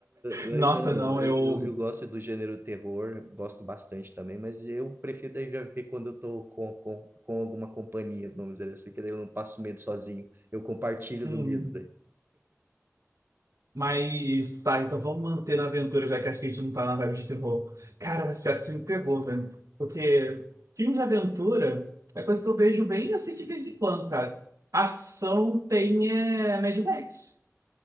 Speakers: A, on the right (about 45°); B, on the right (about 85°).
A: mas
B: Nossa,
A: não, não.
B: não,
A: Eu,
B: eu.
A: eu, eu gosto do gênero terror, gosto bastante também, mas eu prefiro daí já ver quando eu tô com, com, com alguma companhia, vamos dizer assim, que daí eu não passo medo sozinho. Eu compartilho
B: hum,
A: do medo
B: Mas tá, então vamos manter na aventura, já que acho que a gente não tá na vibe de terror. Cara, mas pior que você me pegou, velho. Porque filme de aventura é coisa que eu vejo bem assim de vez em quando, cara. Ação tem é, Mad Max.